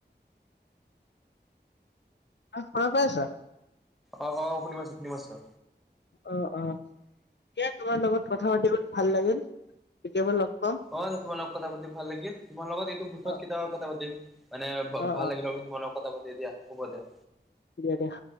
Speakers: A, on the left (about 75°); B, in the centre.
A: অ শুনা পাই আছা।
B: অ অ শুনি পাইছো শুনি পাইছো।
A: অ অ এ তোমাৰ লগত কথা পাতিব ভাল লাগিল কেতিয়াবা লগ পাম।
B: অ তোমাৰ লগত কথা পাতি ভাল লাগিল, তোমাৰ লগত এইটো বিষয়ক
A: অ',
B: কেতিয়াবা কথা পাতিম। মানে
A: অ',
B: ভাল
A: অ',
B: লাগিল আৰু তোমাৰ লগত কথা পাতি দিয়া হ'ব দিয়া।
A: দিয়া দিয়া।